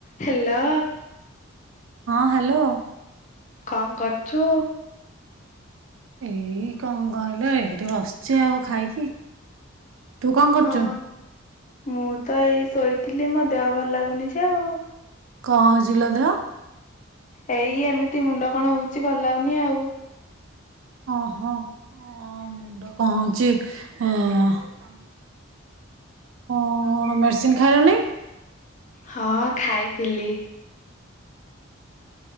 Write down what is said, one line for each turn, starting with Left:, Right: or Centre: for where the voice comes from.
Left: Hello
Right: ହଁ hello
Left: କଣ କରୁଛୁ?
Right: ଏଇ କଣ କହିଲ ଏଇଠି ବସିଚ ଆଉ ଖାଇକି ତୁ କଣ କରୁଛୁ
Left: ହଁ ମୁଁ ତ ଏଇ ଶୋଇଥିଲି ମୋ ଦେହ ଭଲ ଲାଗୁନି ଯେ ଆଉ
Right: କଣ ହେଇଚି କି ଲୋ ଦେହ
Left: ଏଇ ଏମିତି ମୁଣ୍ଡ କଣ ହଉଛି ଭଲ ଲଉନି ଆଉ
Right: ଓହୋ ମୁଣ୍ଡ କହୁଛି ଅ ହ ମେଡିସିନ ଖାଇଲୁଣି
Left: ହଁ ଖାଇଥିଲି।